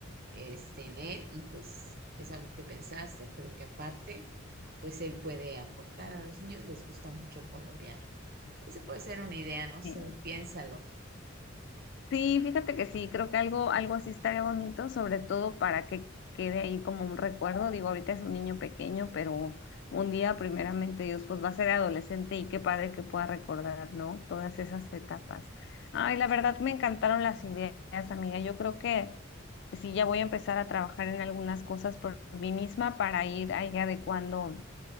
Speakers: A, on the right (about 50°); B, on the left (about 60°).
A: este, en él y pues es algo que pensaste, pero que aparte, pues él puede aportar. A los niños les gusta mucho colorear. Esa puede ser una idea, no sé,
B: ujú.
A: piénsalo.
B: Sí, fíjate que sí, creo que algo, algo así estaría bonito, sobre todo para que quede ahí como un recuerdo. Digo, ahorita es un niño pequeño, pero un día, primeramente Dios, pues va a ser adolescente y qué padre que pueda recordar, ¿no? Todas esas etapas. Ay, la verdad me encantaron las ideas, amiga. Yo creo que sí, ya voy a empezar a trabajar en algunas cosas por mí misma para ir ahí adecuando